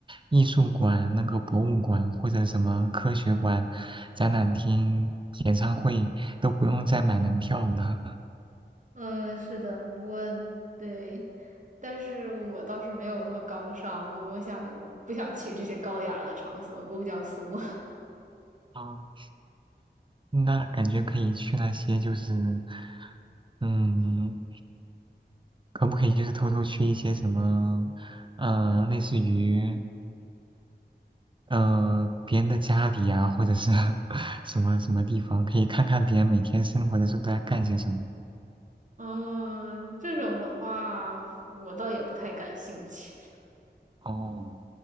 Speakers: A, on the right (about 30°); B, on the right (about 45°).
A: 艺术馆、那个博物馆或者什么科学馆、展览厅、演唱会，都不用再买门票了。
B: 嗯，是的，不过对，但是我倒是没有那么高尚，我我想我不想去这些高雅的场所，我比较俗。
A: 啊，那感觉可以去那些就是，嗯。可不可以就是偷偷去一些什么，呃，类似于呃别人的家里呀，或者是 <laughs> 什么什么地方，可以看看别人每天生活的时候都在干些什么。
B: <laughs> 嗯，这种的话，我倒也不太感兴趣。
A: 哦，